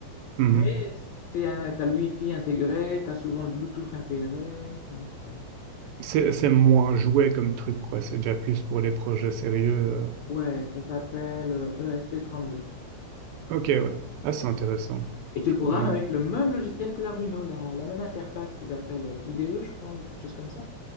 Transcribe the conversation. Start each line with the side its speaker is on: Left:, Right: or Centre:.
Right: Mhm.
Left: mais tu as le Wi-Fi intégré, tu as souvent le Bluetooth intégré, donc t'as-
Right: C'est c'est moins jouet comme truc, quoi. C'est déjà plus pour les projets sérieux. euh,
Left: Ouais, ça s'appelle euh, ESP32.
Right: Ok, ouais. Ah, c'est intéressant.
Left: Et tu
Right: Je
Left: le programmes
Right: pourrais même-
Left: avec le même logiciel que l'Arduino, la, la même interface qu'ils appellent euh, IDE, je crois, ou quelque chose comme ça.